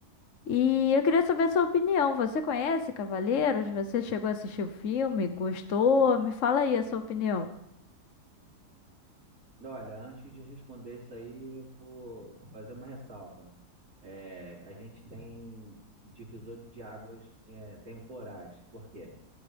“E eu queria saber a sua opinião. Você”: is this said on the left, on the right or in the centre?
Left